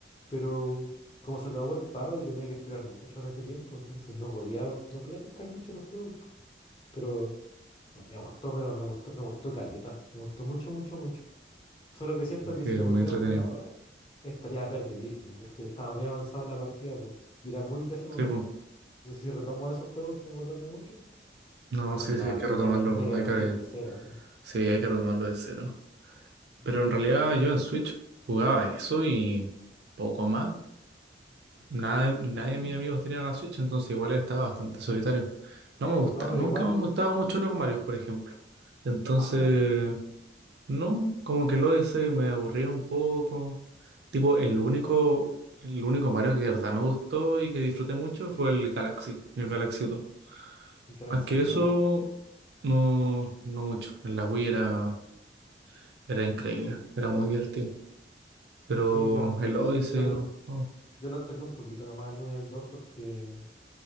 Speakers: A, on the left; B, on the right.
A: Pero como se acabó el paro, yo tenía que estudiar mucho en ese tiempo, entonces no podía, no podía pescar mucho los juegos. Pero me, me gustó, pero me gustó, me gustó caleta. Me gustó mucho, mucho, mucho. Solo que siento que
B: Sí,
A: si
B: es
A: lo
B: muy
A: volviera
B: entretenido.
A: a jugar ahora, estaría perdidísimo, porque estaba muy avanzado en la partida, pues. Y era muy de ese momento.
B: Sí, pues.
A: Entonces si retomo esos juegos sin acordarme mucho,
B: No,
A: no
B: sí,
A: sé nada.
B: sí, hay que
A: Tendría,
B: retomarlo.
A: tendría que
B: Hay
A: partir
B: que,
A: de cero, así.
B: Sí, hay que retomarlo de cero.
A: Sí.
B: Pero en realidad yo en Switch jugaba eso y poco más. Nada, nadie de mis amigos tenía la Switch, entonces igual estaba bastante solitario. No me gusta,
A: No, pero
B: nunca
A: igual.
B: me han gustado mucho los Marios, por ejemplo. Entonces,
A: Ah, no.
B: no, como que lo hice y me aburría un poco. Tipo, el único, el único Mario que de verdad me gustó y que disfruté mucho fue el Galaxy, el Galaxy 2.
A: El Galaxy
B: Más que
A: 2.
B: eso, no, no mucho. En la Wii era Era increíble, era muy divertido. Pero
A: Sí, yo.
B: el Odyssey
A: Yo,
B: no. no.
A: Yo los toqué un poquito nomás el uno y el 2 porque,